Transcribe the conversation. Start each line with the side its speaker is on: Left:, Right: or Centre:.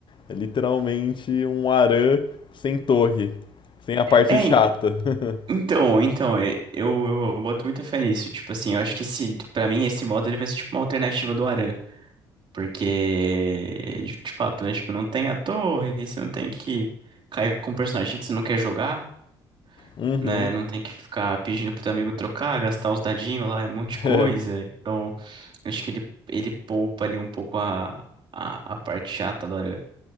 Left: É literalmente um Aran sem torre, sem a parte
Right: É,
Left: chata.
Right: en-
Left: <laughs>
Right: então, então, e- eu, eu boto muita fé nisso. Tipo assim, eu acho que esse, pra mim, esse modo ele vai ser tipo uma alternativa do Aran. Porque, de de fato, né? Tipo, não tem a torre, você não tem que cair com um personagem que você não quer jogar,
Left: Uhum.
Right: né? Não tem que ficar pedindo pro teu amigo trocar, gastar os dadinhos lá, um monte de coisa.
Left: É,
Right: Então, eu acho que ele, ele poupa ali um pouco a, a, a parte chata do Aran,